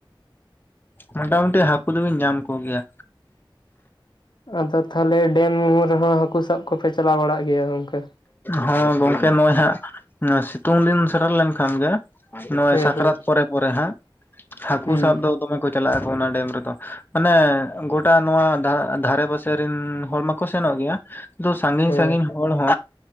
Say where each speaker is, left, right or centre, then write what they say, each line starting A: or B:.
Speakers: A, on the left; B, on the left.
A: ᱢᱳᱴᱟᱢᱩᱴᱤ ᱦᱟᱹᱠᱩ ᱫᱚᱵᱤᱱ ᱧᱟᱢ ᱠᱚ ᱜᱮᱭᱟ᱾
B: ᱟᱫᱚ ᱛᱟᱦᱚᱞᱮ ᱰᱮᱢ ᱨᱮᱦᱚᱸ ᱦᱟᱹᱠᱩ ᱥᱟᱵ ᱠᱚᱯᱮ ᱪᱟᱞᱟᱣ ᱵᱟᱲᱟᱜ ᱜᱮᱭᱟ ᱜᱚᱝᱠᱮ?
A: ᱦᱚᱸ ᱜᱚᱝᱠᱮ ᱱᱚᱜᱼᱚᱭ ᱦᱟᱸᱜ ᱱᱚ ᱥᱤᱛᱩᱝ ᱫᱤᱱ ᱥᱮᱴᱮᱨ ᱞᱮᱱ ᱠᱷᱟᱱ ᱜᱮ ᱱᱚᱼᱚᱭ
B: ᱦᱮᱸ
A: ᱥᱟᱠᱨᱟᱛ
B: ᱦᱮᱸ
A: ᱯᱚᱨᱮ ᱯᱚᱨᱮ ᱦᱟᱸᱜ, ᱦᱟᱹᱠᱩ
B: ᱦᱩᱸ
A: ᱥᱟᱵ ᱫᱚ ᱫᱚᱢᱮ ᱠᱚ ᱪᱟᱞᱟᱜᱼᱟ ᱠᱚ ᱚᱱᱟ ᱰᱮᱢ ᱨᱮᱫᱚ᱾ ᱢᱟᱱᱮ ᱜᱚᱴᱟ ᱱᱚᱣᱟ ᱫᱷᱟ-ᱫᱷᱟᱨᱮ ᱯᱟᱥᱮ ᱨᱤᱱ ᱦᱚᱲ ᱢᱟᱠᱚ ᱥᱮᱱᱚᱜ ᱜᱮᱭᱟ᱾ ᱫᱚ ᱥᱟᱺᱜᱤᱧ
B: ᱦᱮᱸ
A: ᱥᱟᱸᱜᱤᱧ ᱦᱚᱲ ᱦᱚ